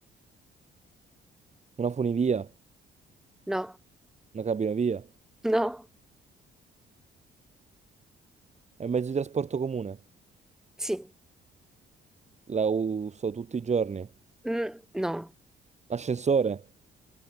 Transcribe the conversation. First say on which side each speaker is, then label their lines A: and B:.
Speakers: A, on the right (about 35°); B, in the centre.
A: Una funivia?
B: no,
A: Una cabinovia?
B: no,
A: È un mezzo di trasporto comune.
B: sì,
A: La uso tutti i giorni.
B: Mm, no,
A: L'ascensore?